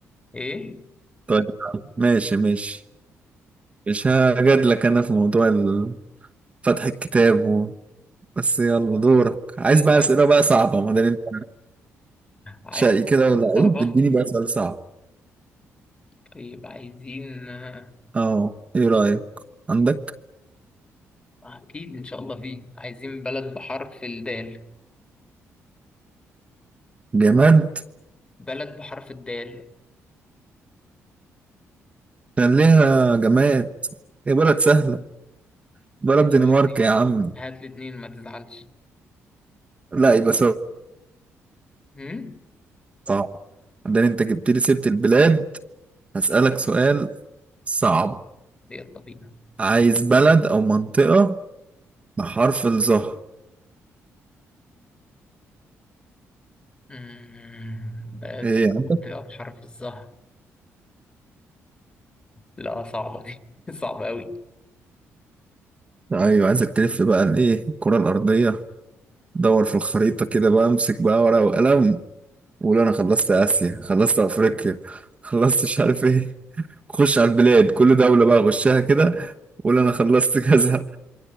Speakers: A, on the left; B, on the right.
A: ايه
B: طيب ماشي ماشي مش هجادلك أنا في موضوع ال- فتح الكتاب و... بس يلا دورك عايز
A: لا
B: بقى أسئلة بقى صعبة ما دام أنت
A: عايز
B: شقي كده
A: حاجة
B: ولعيب
A: صعبة
B: اديني بقى سؤال صعب
A: طيب عايزين آه،
B: أه إيه رأيك عندك
A: اكيد ان شاء الله فيه عايزين بلد بحرف الدال
B: جماد
A: بلد بحرف الدال
B: كان ليها جماد هي بلد سهلة بلد
A: هات
B: دنمارك
A: لي اتنين
B: يا عم
A: هات لي اتنين ما تزعلش
B: لا يبقى سؤال
A: امم
B: صعب ده انت جبت لي سيرة البلاد هسألك سؤال صعب
A: يلا بينا
B: عايز بلد او منطقة بحرف الظهر
A: أمم، بلد
B: ايه يا عم
A: منطقة بحرف الظهر لا صعبة دي <laughs> صعبة قوي
B: ايوه عايزك تلف بقى الايه الكرة الارضية دور في الخريطة كده بقى امسك بقى ورقة وقلم وقول انا خلصت اسيا خلصت افريقيا خلصت مش عارف ايه خش على البلاد كل دولة بقى غشها كده وقول انا خلصت <laughs> كذا